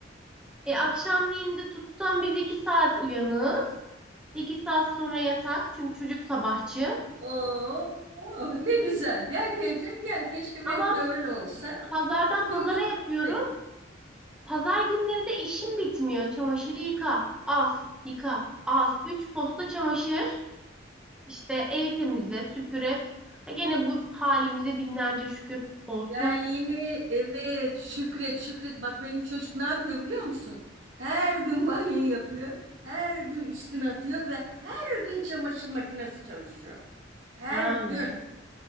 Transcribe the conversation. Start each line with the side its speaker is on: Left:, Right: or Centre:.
Centre: E,
Right: Ee,
Centre: akşamleyin de tutsam biz iki saat uyanığız. İki saat sonra yatak. Çünkü çocuk sabahçı.
Right: Oo, oh, ne güzel. Gel keyfim gel. Keşke
Centre: Ama
Right: benim de öyle olsa.
Centre: pazardan pazara
Right: Tüm gün
Centre: yapıyorum.
Right: ayaktayım.
Centre: Pazar günleri de işim bitmiyor. Çamaşırı yıka. As. Yıka. As. Üç posta çamaşır. İşte evi temizle, süpür et. Ha gene bu halimize binlerce şükür olsun.
Right: Ben yine evet Şükret Şükret bak benim çocuk ne yapıyor biliyor musun? Her gün banyo yapıyor. Her gün üstüne atıyor ve her gün çamaşır makinesi çalışıyor. Her
Centre: Ha,
Right: gün.